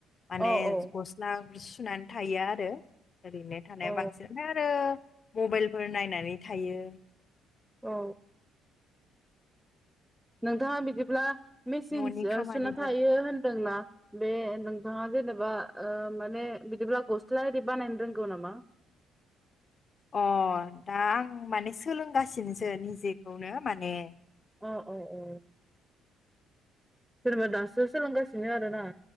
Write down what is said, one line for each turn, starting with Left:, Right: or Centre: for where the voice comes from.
Left: माने
Centre: औ औ
Left: गस्ला सुनानै थायो आरो ओरैनो थानाया
Centre: औ
Left: बांसिन आरो मबाइलफोर नायनानै थायो
Centre: औ। नोंथाङा बिदिब्ला मेसिन
Left: न'नि खामानिफोर
Centre: सुना थायो होनदोंना बे नोंथाङा जेनेबा मा माने बिदिब्ला गस्ला होरि बानायनो रोंगौ नामा।
Left: अ दा आं माने सोलोंगासिनोसो निजेखौनो माने
Centre: अ अ औ। जेनेबा दासो सोलोंगासिनो आरो ना।